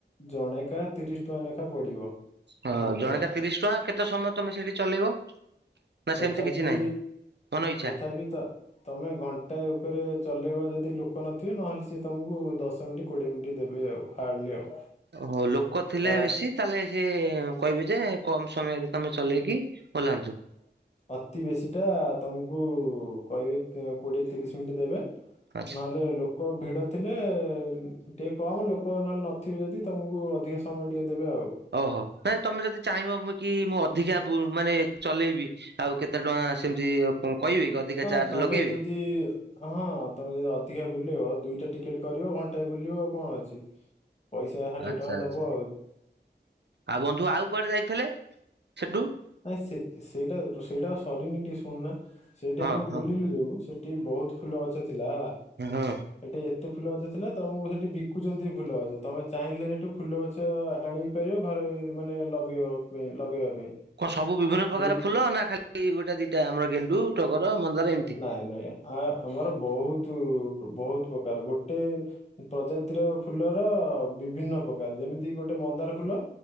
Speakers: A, on the left (about 35°); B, on the right (about 65°).
A: ଜଣେକା ତିରିଶି ଟଙ୍କା ଲେଖା ପଡିବ
B: ହଁ
A: ମାତ୍ର
B: ଜଣେକା ତିରିଶି ଟଙ୍କା, କେତେ ସମୟ ତମେ ସେଇଠି ଚଲେଇବ? ନା ସେମିତି
A: ତଥାପି
B: କିଛି ନାହିଁ ମନ ଇଚ୍ଛା?
A: ତଥାପି ତ ତମେ ଘଣ୍ଟାଏ ଉପରେ ଚଲେଇବ ଯଦି ଲୋକ ନଥିବେ ନହେଲେ ସିଏ ତୁମକୁ ଦଶ ମିନିଟ୍ କୋଡ଼ିଏ ମିନିଟ୍ ଦେବେ ଆଉ। ହାର୍ଡଲି ଆଉ
B: ଓହୋ ଲୋକ ଥିଲେ
A: ତା
B: ବେଶୀ ତାହେଲେ ସିଏ କହିବେ ଯେ କମ ସମୟରେ ତମେ ଚଲେଇକି ଓଲାନ୍ତୁ।
A: ଅତି ବେଶୀ ଟା ତମକୁ କହିବେ କୋଡିଏ ତିରିଶ ମିନିଟ୍ ଦେବେ
B: ଆଚ୍ଛା।
A: ନହେଲେ ଲ ଲୋକ ଭିଡ ଥିଲେ ଟିକେ କମ ଲୋକ ନହେଲେ ନଥିବେ ଯଦି ତମକୁ ଅଧିକ ସମୟ ଟିକେ ଦେବେ ଆଉ।
B: ଓହୋ ନାଇଁ ତମେ ଯଦି ଚାହିଁବ ମୁଁ କି ମୁଁ ଅଧିକା ମାନେ ଚଲେଇବି। ଆଉ କେତେ ଟଙ୍କା ସେମିତି କହିବେ କି? ଅଧିକା
A: ହଁ
B: ଚାର୍ଜ
A: ତମେ
B: ଲଗେଇବେ?
A: ଯଦି ହଁ ତମେ ଯଦି ଅଧିକା ବୁଲିବ ଦିଇଟା ଟିକେଟ କରିବ ଘଣ୍ଟାଏ ବୁଲିବ ଆଉ କଣ ଅଛି। ପଇସା ଷାଠିଏ
B: ଆଚ୍ଛା
A: ଟଙ୍କା ଦବ
B: ଆଚ୍ଛା
A: ଆଉ।
B: ଆଉ ବନ୍ଧୁ ଆଉ କୁଆଡେ ଯାଇଥିଲେ ସେଠୁ?
A: ନାଇଁ ସେ ସେଇଟା ସେଇଟା ସରିନି ଟିକେ ଶୁଣୁନା ସେଇଠି
B: ହଁ
A: ଆମେ ବୁଲିଲୁ
B: ହଁ କୁହ।
A: ଯୋଉ ସେଠି ବହୁତ ଫୁଲ ଗଛ ଥିଲା ହେଲା।
B: ହୁଁ ହୁଁ
A: ସେଠି ଏତେ ଫୁଲ ଗଛ ଥିଲା ତମକୁ ସେଠି ବିକୁଛନ୍ତି ଫୁଲ ଗଛ ତମେ ଚାହିଁଲେ ସେଠୁ ଫୁଲ ଗଛ ଆଣି ପାରିବ ଘରେ ମାନେ ଲଗେଇବ। ପାଇଁ ଲଗେଇବା ପାଇଁ
B: କଣ ସବୁ ବିଭିନ୍ନ ପ୍ରକାର
A: ଦୁଇ
B: ଫୁଲ ନା ଖାଲି ଗୋଟେ ଦିଟା ଆମର ଗେଣ୍ଡୁ, ଟଗର, ମନ୍ଦାର ଏମିତି
A: ନାଇଁ ନାଇଁ ଆ ଆମର ବହୁତ ବହୁତ ପ୍ରକାର ଗୋଟେ ପ୍ରଜାତିର ଫୁଲର ବିଭିନ୍ନ ପ୍ରକାର ଯେମିତି ଗୋଟେ ମନ୍ଦାର ଫୁଲ